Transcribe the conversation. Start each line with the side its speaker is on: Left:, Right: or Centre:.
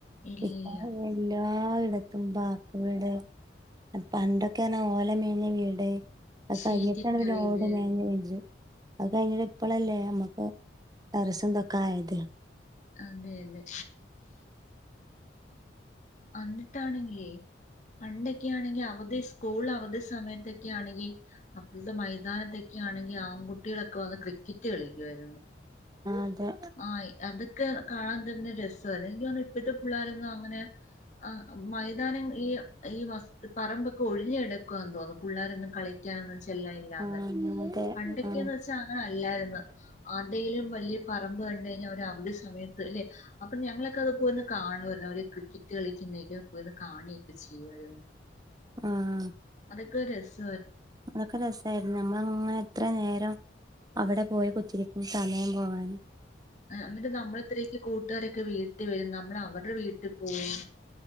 Left: ഇല്ലില്ല
Right: ഇപ്പോ എല്ലാ എല്ലായിടത്തും വാർക്കവീട്- പണ്ടൊക്കെയണ ഓല മേന വീട്ആയി അത്കൈഞ്ഞട്ടാണ്
Left: ഷീറ്റിട്ട
Right: പിന്നെ
Left: വീട്
Right: ഓട് മേഞ്ഞ വീട് അത് കഴിഞ്ഞട്ട ഇപ്പളല്ലേ നമ്മുക്ക് ടെരസ്തൊക്ക ആയത്-
Left: അതെ അതെ അന്നിട്ടാണെങ്കിലേ പണ്ടൊക്കെയാണെങ്കിൽ അവധി സ്കൂൾ അവധി സമയത്തൊക്കെ ആണെങ്കിൽ അപ്പഴത്തെ മൈതാനത്തൊക്കെ ആണെങ്കിൽ ആൺകുട്ടികളൊക്കെ വന്ന് ക്രിക്കറ്റ്- റ്റ് കളിക്കുവായിരുന്നു-
Right: അതെ ആ
Left: ആ അതൊക്കെ കാണാൻ തന്നെ രസാര് എനിക്ക് തോന്ന് ഇപ്പഴത്തെ പിള്ളോരൊന്നും അങ്ങനെ ആ മൈതാനം ഈ ഈ വസ്തു പറമ്പൊക്കെ ഒഴിഞ്ഞകെടുക്ക് ക്കാന്ന് തോന്നുന്നു പിള്ളോരൊന്നും കളിക്കാനന്ന് ച്ചെല്ലലില്ലാത
Right: ആ അതെ
Left: പണ്ടൊക്കെയന്ന്
Right: ആ
Left: വെച്ചാ അങ്ങനെ അല്ലായിരുന്നു ആതേലും വലിയ- പറമ്പ് കണ്ട കഴഞ്ഞൽ അവ അവധി സമയത്ത് അല്ലെ അപ്പൊ ഞങ്ങളൊക്കെ അത് പോയിന്ന്- കാണ്വര്ന്ന് അവര് കൃ ക്കറ്റ് കളിക്കുന്നേക്കെ പോന്ന് കാണിയൊക്കെ ചെയ്യുവരുന്നു-
Right: ആഹ്
Left: ത് ഒരു രസ്
Right: അതൊക്കെ രസായിരുന്നു നമ്മളങ്ങനെ എത്ര നേരം- അവിടെ പോയി കുത്തിരിക്കും സമയം പോകൻ
Left: എന്നിട്ട് നമ്മളത്രരിക്ക് കൂട്ടുകാരൊക്കെ വീട്ടിൽ വരും നമ്മൾ അവരുടെ വീട്ടിൽ പോവും